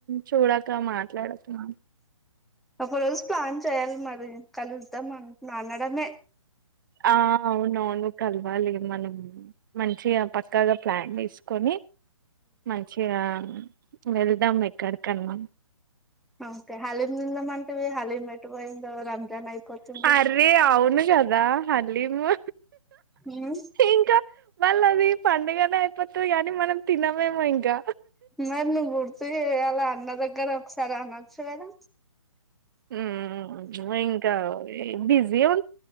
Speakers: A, on the right; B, in the centre.
A: చూడక మాట్లాడుతున్నాను
B: ఒక రోజు ప్లాన్ చేయ్యాలి మరి కలుద్దాం అం అనడమే
A: ఆ అవునవును కలవాలి మనం మంచిగా పక్కాగా ప్లాన్ చేసుకొని మంచిగా వెళ్దాం ఎక్కడికన్నా
B: అ.. ఓకే హాలీం... తిందం అంటవె. హాలీం ఎటు పోయిందో రంజాన్ అయిపోతుంది
A: అరే అవును కదా హలీము
B: హ్మ్
A: ఇంకా వాళ్ళది పండుగనే అయిపోతుది కానీ మనం తినమేమో ఇంకా
B: మరి నువ్వు గుర్తు చేయాలా అన్న దగ్గర ఒకసారి అనొచ్చు కదా
A: మ్మ్ ఇంకా బిజి ఉ